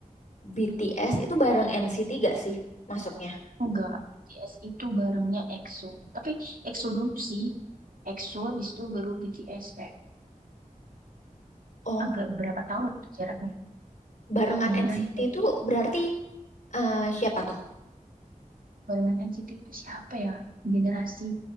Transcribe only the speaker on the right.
Enggak, BTS itu barengnya EXO. Tapi EXO dulu sih, EXO habis itu baru BTS kayak
agak berapa tahun gitu jaraknya.
Bulan
atau
barengan N C T itu siapa ya? Generasi